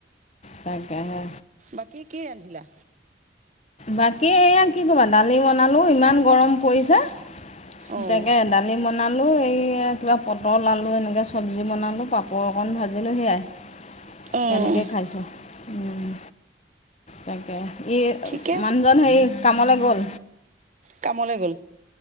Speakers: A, on the left (about 35°); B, on the right (about 40°).
A: তাকে হে।
B: বাকী কি ৰান্ধিলা?
A: বাকী এয়া কি ক'বা দালি বনালো, ইমান গৰম পৰিছে।
B: অঁ
A: তাকে দা দালি বনালোঁ, এই কিবা পটল আলু এনেকৈ চবজি বনালোঁ, পাপৰ অকণ ভাজিলোঁ সেয়াই।
B: অঁ
A: তেনেকে খাইছোঁ উম, তাকে ই
B: ঠিকে
A: মানুহজন সেই কামলৈ গ'ল?
B: কামলে গ'ল।